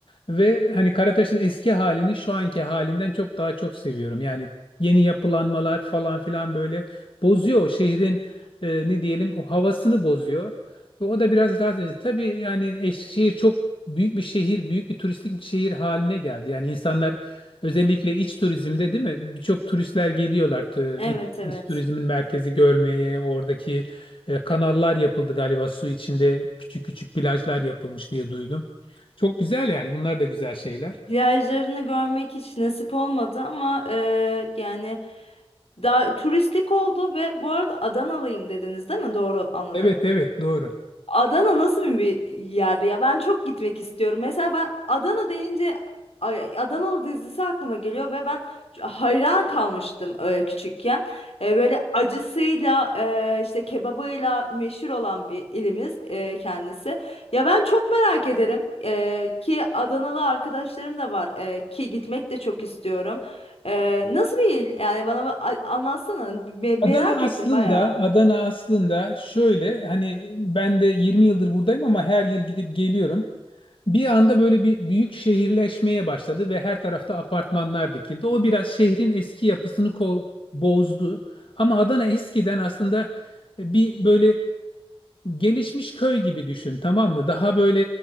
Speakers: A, on the left (about 60°); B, on the left (about 80°).
A: Ve hani Karataş'ın eski halini şu anki halinden çok daha çok seviyorum. Yani yeni yapılanmalar falan filan böyle bozuyor o şehrin e, ne diyelim o havasını bozuyor. Ve o da biraz rahatsız edici. Tabii yani eş- şehir çok büyük bir şehir, büyük bir turistik bir şehir haline geldi. Yani insanlar Özellikle iç turizmde değil mi? Birçok turistler geliyorlar t-
B: Evet
A: iç,
B: evet.
A: iç turizmin merkezi görmeye. Oradaki e, kanallar yapıldı galiba su içinde küçük küçük plajlar yapılmış diye duydum. Çok güzel yani bunlar da güzel şeyler.
B: Plajlarını görmek hiç nasip olmadı ama e, yani daha turistik oldu ve bu arada Adanalıyım dediniz değil mi? Doğru anladım.
A: Evet evet doğru.
B: Adana nasıl bir yer ya? Ben çok gitmek istiyorum. Mesela ben Adana deyince ay- Adanalı dizisi aklıma geliyor ve ben hayran kalmıştım e, küçükken. E, Böyle acısıyla e, işte kebabıyla meşhur olan bir ilimiz e, kendisi. Ya ben çok merak ederim E, ki Adanalı arkadaşlarım da var e, ki gitmek de çok istiyorum. E, Nasıl bir il? Yani bana ba- a- anlatsana. Me- merak
A: Adana
B: ettim
A: aslında
B: bayağı.
A: Adana aslında şöyle hani ben de 20 yıldır buradayım ama her yıl gidip geliyorum. Bir anda böyle bir büyük şehirleşmeye başladı ve her tarafta apartmanlar dikildi. O biraz şehrin eski yapısını ko- bozdu. Ama Adana eskiden aslında bir böyle gelişmiş köy gibi düşün tamam mı? Daha böyle